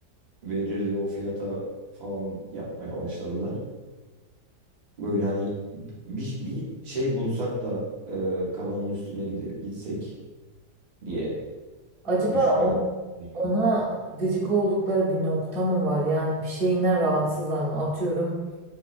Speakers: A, on the right; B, on the right.
A: verirdi o fiyata falan yapmaya başladılar. Böyle hani bir, bir şey bulsak da e, kabanın üstüne gide, gitsek diye
B: Acaba
A: düşünüyorum.
B: o-
A: Gerekiyor.
B: ona gıcık oldukları bir nokta mı var? Yani bir şeyinden rahatsızlar mı? Atıyorum